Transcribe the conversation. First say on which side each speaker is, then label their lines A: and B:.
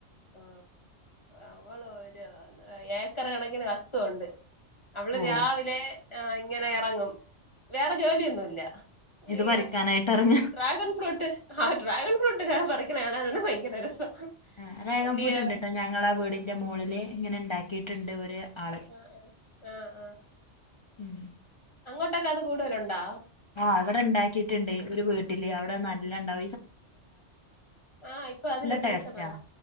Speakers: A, on the left (about 25°); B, on the left (about 45°).
A: ആ അവള് ഒരുര് ഏക്കർ കണക്കിന് വസ്തുവുണ്ട് നമ്മള്
B: ഓ
A: രാവിലെ ഇങ്ങനെ ഇറങ്ങും വേറെ ജോലിയൊന്നുമല്ല
B: ഇത്
A: ഈ
B: പറിക്കാനായിട്ട് ഇറങ്ങ
A: ഡ്രാഗൺ ഫ്രൂട്ട് ആഹ ഡ്രാഗൺ ഫ്രൂട്ട് ഞാൻ പററിക്കുന്ന കാണാനാണ് ഭയങ്കര രസം
B: ആ രേഖം
A: വലിയ
B: ഫൂട്ട്ുണ്ട് കേട്ടോ ഞങ്ങള ആ വീടിന്റെ മുകളളില് ഇങ്ങനെ ഉണ്ടാക്കിയിട്ടുണ്ട് ഒരു
A: ആഹ
B: ആള്
A: ഉഹ ആഹ ഉഹ
B: ഉം
A: അങ്ങോട്ടൊക്കെ അത് കൂടുതലുണ്ടോ
B: ആഹ് എവിടെ ഉണ്ടാക്കിട്ടുണ്ട് ഒരു വീട്ടിൽ ആണ് നല്ല
A: ആഹ് ഇപ്പൊ അതിന്റെ സീസണാണ്
B: ടേസ്റ്റ